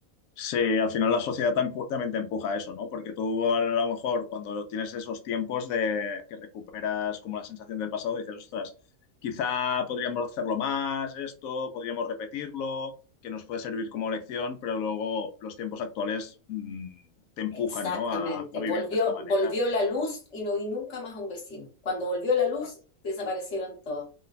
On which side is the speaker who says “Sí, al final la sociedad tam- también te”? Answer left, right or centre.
Left